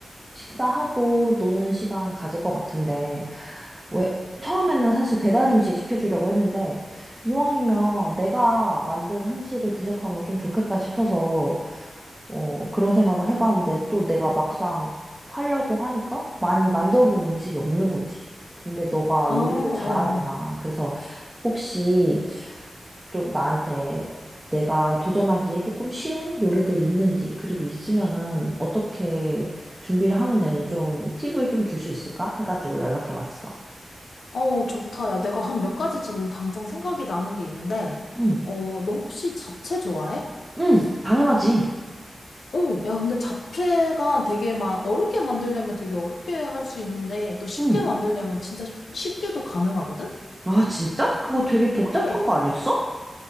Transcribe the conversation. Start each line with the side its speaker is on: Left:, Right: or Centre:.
Right: 식사하고 노는 시간 가질 것 같은데, 왜, 처음에는 사실 배달 음식 시켜주려고 했는데, 이왕이면 내가 만든 한식을 대접하면 좀 좋겠다 싶어서, 어, 그런 생각을 해봤는데, 또 내가 막상 하려고 하니까 많이 만들어 본 음식이 없는 거지. 근데 너가
Left: 어,
Right: 요리를
Left: 어,
Right: 잘하잖아.
Left: 어.
Right: 그래서 혹시 좀 나한테 내가 도전하기에 조금 쉬운 요리들이 있는지, 그리고 있으면은 어떻게 준비를 하면 되는지 좀 팁을 좀 줄 수 있을까? 해가지고 연락해 봤어.
Left: 어, 좋다. 야, 내가 한 몇 가지 지금 당장 생각이 나는 게 있는데,
Right: 응,
Left: 어, 너 혹시 잡채 좋아해?
Right: 응, 당연하지.
Left: 어, 야, 근데 잡채가 되게 막 어렵게 만들려면 되게 어렵게 할 수 있는데, 또 쉽게
Right: 응.
Left: 만들려면 진짜 쉽- 쉽게도 가능하거든?
Right: 아, 진짜? 그거 되게 복잡한
Left: 어,
Right: 거 아니었어?